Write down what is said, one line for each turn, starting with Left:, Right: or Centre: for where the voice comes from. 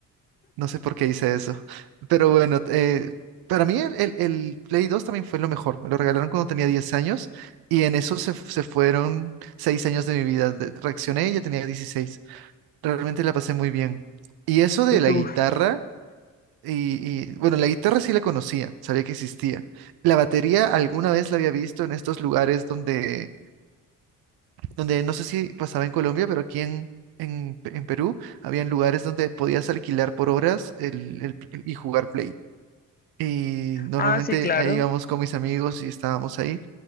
Right: No sé por qué hice eso. Pero bueno, eh, para mí el, el- el Play 2 también fue lo mejor. Me lo regalaron cuando tenía 10 años y en eso se, se fueron 6 años de mi vida. De- Reaccioné y ya tenía dieciséis Realmente la pasé muy bien. Y eso de
Left: ¿Y tú?
Right: la guitarra, y, y, bueno, la guitarra sí la conocía, sabía que existía. La batería alguna vez la había visto en estos lugares donde, donde no sé si pasaba en Colombia, pero aquí en, en, en Perú. Habían lugares donde podías alquilar por horas el, el y jugar Play. Y normalmente
Left: Ah, sí, claro.
Right: ahí íbamos con mis amigos y estábamos ahí.